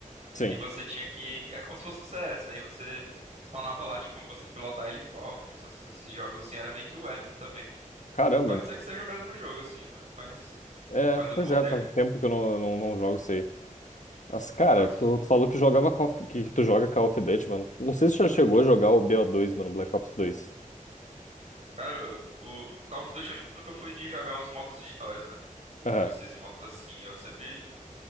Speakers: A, on the left; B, on the right.
A: sim.
B: e você tinha que é como se fosse o CS, aí você spawnava lá, tinha como você pilotar helicóptero, essas- esses jogos assim era meio que web também.
A: Caramba,
B: Pode
A: mano.
B: ser que seja o mesmo jogo assim, né? Mas
A: É,
B: fazia
A: pois
B: um bom
A: é,
B: tempo.
A: faz tempo que eu não, não, não jogo isso aí. Mas, cara,
B: Ah, sim.
A: tu, tu falou que jogava Call of- que tu joga Call of Duty, mano. Não sei se tu já chegou a jogar o BO2, mano, Black Ops 2.
B: Cara, o Call of Duty eu nunca fui de jogar os modos histórias, né?
A: Aham.
B: Esses modos assim, eu sempre